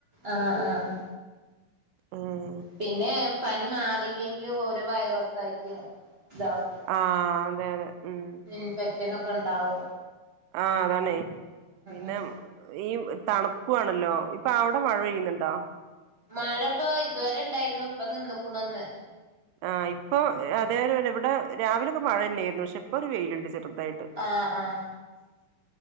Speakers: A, on the right; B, on the right.
A: ആഹ് ആഹ്
B: ആഹ്
A: പിന്നെ പനി മാറിയില്ലെങ്കിലും ഓരോ വൈറസ് ആയിട്ട് ഇതാവും
B: ആഹ് അതെ അതെ ഉം
A: ഇൻഫെക്ഷനക്കെ ഇണ്ടാവും
B: ആഹ് അതാണേ പിന്നെ
A: ഉം
B: ഈ തണുപ്പു ആണല്ലോ ഇപ്പൊ അവിടെ മഴ പെയ്യുന്നുണ്ടോ?
A: മഴ ഇപ്പോ ഇതുവരെ ഉണ്ടായിരുന്നു ഇപ്പ നിന്നക്കണുന്ന്
B: ആഹ് ഇപ്പൊ അതേപോലെന്നെ ഇവിടെ രാവിലൊക്കെ മഴ തന്നെയായിരുന്നു പക്ഷെ ഇപ്പോ ഒരു വെയിലുണ്ട് ചെറുതായിട്ട്
A: ആഹ് ആഹ്